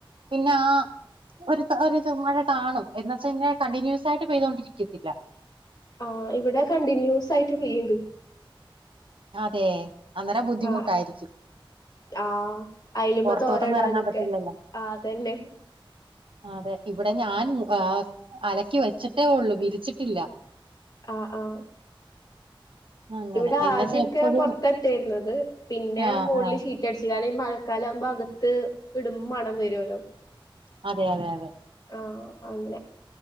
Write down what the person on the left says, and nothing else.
ആഹ് ഇവിടെ കണ്ടിന്യൂസ് ആയിട്ട് പെയുണ്ട്
ആഹ് ആഹ് അയലമ്പ
തോരടാനുക്കെ
ആഹ് അതന്നെ
ആഹ് ആഹ്
ഇവിടെ
ആദ്യക്കെ
പുറത്തട്ടിരുന്നത് പിന്നെ
മോളില്
ഷീറ്റ് റ്റടിച്ച കാര ഈ മഴക്കാലാകുമ്പോ അകത്ത് ഇടുമ്പോ മണം വരുമല്ലോ
ആഹ് അങ്ങനെ